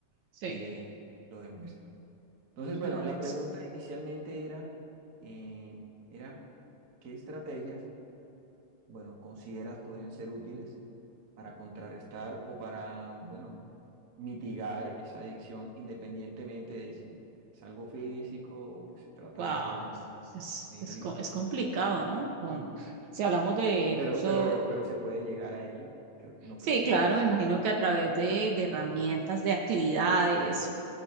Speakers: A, on the right (about 65°); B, on the right (about 40°).
A: sí.
B: eh, lo demuestra. Entonces, bueno,
A: Claro,
B: la pregunta
A: sí.
B: inicialmente era, eh, era, ¿qué estrategias, bueno, consideras podrían ser útiles para contrarrestar o para, bueno, mitigar esa adicción independientemente de si es algo físico o pues se trata
A: wow,
B: de algún contenido
A: es, es,
B: audiovisual?
A: co- es complicado, ¿no? Con, si hablamos del
B: Pero,
A: uso,
B: pero, pero se puede llegar a ello, creo- no
A: sí,
B: creo que sea
A: claro,
B: imposible.
A: me imagino que a través de, de herramientas, de actividades,